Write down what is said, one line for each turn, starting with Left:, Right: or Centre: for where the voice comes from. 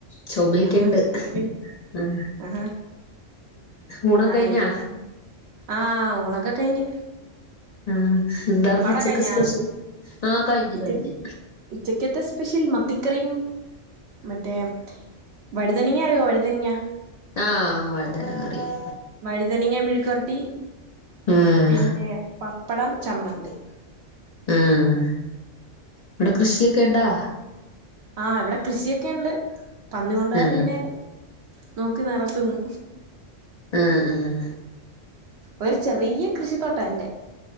Left: ചുമയൊക്കെ
Right: ആഹാ
Left: ഉണ്ട്
Right: പിന്നെ
Left: ആഹ്
Right: ആഹാ
Left: ഊണൊക്കെ കഴിഞ്ഞാ
Right: ആഹ് ആഹ് ഊണക്കെ കഴിഞ്ഞ്
Left: ആഹ് എന്താര്ന്ന്
Right: അവിടെ
Left: ഉച്ചക്ക്
Right: കഴിഞ്ഞാ
Left: സ്പെഷ്യൽ ആ കഴിഞ്ഞു
Right: ഉച്ച
Left: കഴിഞ്ഞു
Right: ഉച്ചക്കത്തെ സ്പെഷ്യൽ മത്തിക്കറിയും മറ്റേ വഴുതനങ്ങ അറിയോ വഴുതനങ്ങ
Left: ആഹ് വഴുതനങ്ങ അറിയും
Right: വഴുതനങ്ങ മിഴുക്കുവരട്ടി
Left: ആഹ്
Right: പിന്നെ പപ്പടം ചമ്മന്തി
Left: ആഹ് അവിടെ കൃഷിയൊക്കെ ഉണ്ടോ
Right: ആഹ് ഇവിടെ കൃഷിയൊക്കെ ഉണ്ട് പന്നി കൊണ്ട് പോവാതെ
Left: ആഹ്
Right: ഇങ്ങനെ നോക്കി നടത്തുന്നു
Left: ആഹ് ആഹ്
Right: ഒരു ചെറിയ കൃഷി തോട്ടം എന്റെ